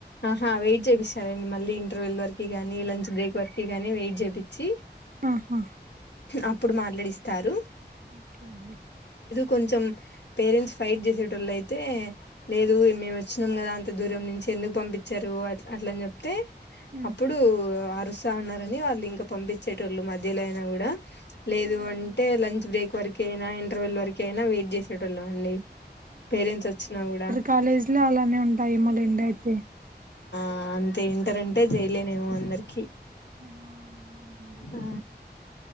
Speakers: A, on the left; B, on the right.
A: ఆహా వెయిట్ జేపిస్ సరేండి మళ్ళీ ఇంటర్వల్ వరకీ గానీ లంచ్ బ్రేక్ వరకీ గానీ వెయిట్ జేపి చ్చి
B: ఆహా
A: అప్పుడు మాట్లాడిస్తారూ
B: ఓకే అండి
A: కొంచెం పేరెంట్స్ ఫైట్ జెసేటోళ్ళయితే లేదు
B: ఆ,
A: మేమోచ్చి నం గదా అంత దూరం నుంచి ఎందుకు పంపిచ్చరూ అట్ల అట్లన్జెప్తే
B: ఉమ్,
A: అప్పుడూ ఓస్తా ఉన్నారని వాళ్ళు ఇంక పంపిచ్చేటోళ్ళు మధ్యలయినా గూడా లేదు
B: అవునులేండి
A: అంటే లంచ్ బ్రేక్ వరక యినా ఇంటర్వ్యూల్ వరకయినా వెయిట్ జేసేటోళ్లం అండి పేరెంట్సొచ్చినా గూడా
B: కాలేజ్ లో అలానే ఉంటాయి మళ ఇండయితే
A: ఆ అంతే ఇంటరంటె జైలేనేమో అందరికి
B: ఆ ఉంది
A: ఆ